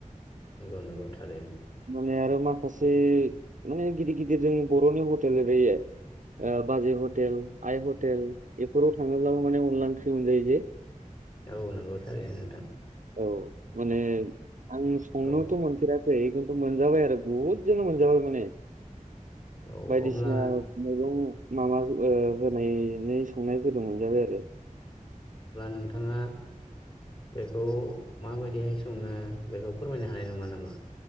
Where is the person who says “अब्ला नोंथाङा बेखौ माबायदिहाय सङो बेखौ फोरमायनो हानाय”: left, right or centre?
Left